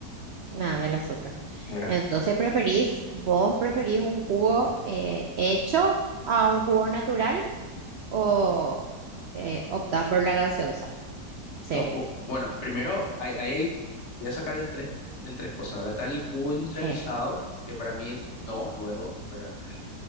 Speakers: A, on the right (about 85°); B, on the left (about 45°).
A: Nada del azúcar.
B: ¿verdad?
A: Entonces, ¿preferís, vos preferís un jugo eh, hecho a un jugo natural o eh, optás por la gaseosa? Cero.
B: No, bu- bueno, primero, ahí hay, hay- hay- te voy a sacar en tres, en tres cosas, ¿verdad? Está el jugo industrializado,
A: Sí,
B: que para mí no, luego, ¿verdad? Eh,